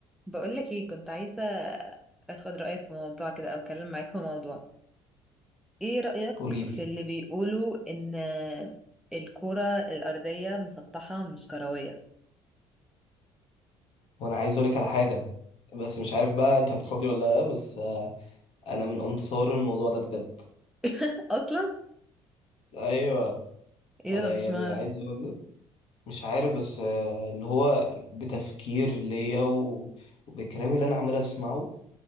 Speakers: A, in the centre; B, on the left (about 45°).
A: بقولك ايه كنت عايزة اخد رأيك في موضوع كده او اتكلم معاك في موضوع ايه رأيك
B: قولي لي
A: في اللي بيقولوا ان الكرة الأرضية مسطحة مش كروية
B: وانا عايز اقولك على حاجه بس مش عارف بقى انت هتخضي ولا لا بس آه، انا من انصار الموضوع ده بجد
A: <laughs> اصلا
B: ايوه
A: ايه
B: انا
A: ده
B: يعني
A: مش معنى
B: عايز اقول لك مش عارف بس آه، اللي هو بتفكير ليا و- وبالكلام اللي انا عمال اسمعه